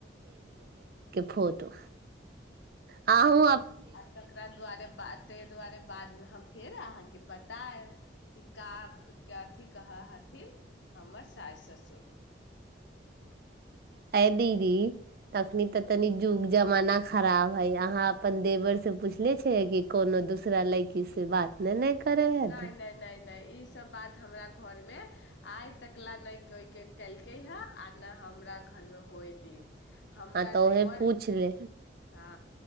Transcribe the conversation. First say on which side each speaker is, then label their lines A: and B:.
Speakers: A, on the right; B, on the left.
A: फोतो आहू
B: आ तकरा द्वारे बते दु्वारे बाद हम फेर अहाँके बतायब कि क के अथी कहऽ हथिन हमर सास ससुर
A: अ दीदी तखनी तऽ तनी युग जमाना खराब हे अहाँ अपन देवर से पुछले छियै कि कोनो दूसरा लयकी से बात ने ने करै हथिन
B: नहि नहि नहि नहि ई सब बात हमरा घर मे आइ तकला नहि केलकै हे आ नहि हमरा घर मे होते हमरा
A: हँ तऽ उहे
B: देवर
A: पूछ ले
B: हँ